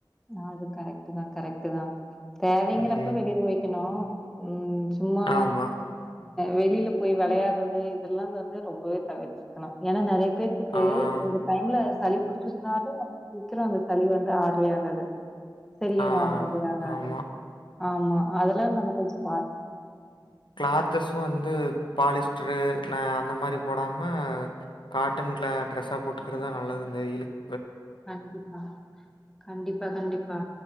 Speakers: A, in the centre; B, on the left (about 80°).
A: நா அது கரெக்ட் தா கரெக்ட் தா தேவைங்கிறப்ப
B: ம்.
A: வெளில போய்க்கணு ம் சும்மா
B: ஆமா.
A: வெளில போய் வெளையாட்றது இதெல்லா வந்து ரொம்பவே தவிர்த்துக்கணு ஏன்னா நெறையப் பேத்துக்கு
B: ஆ.
A: இந்த டைம்ல சளி புடிச்சிர்சினாலு அது சீக்கிரோ அந்த சளி வந்து ஆர்வே ஆறாது சரியே
B: ஆ
A: ஆகாது ஆகாது
B: ஆமா.
A: ஆமா அதெல்லா நம்ம கொஞ்சோ பாத்
B: கிளாத்தசு வந்து பாலிஸ்டரு ந அந்த மாரி போடாம காட்டன் கில ட்ரெஸ்ஸா போட்டுக்குறதுதா நல்லது இந்த வெயிலுக்
A: கண்டிப்பா கண்டிப்பா கண்டிப்பா